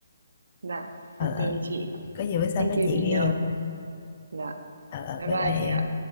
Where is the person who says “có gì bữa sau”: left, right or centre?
Left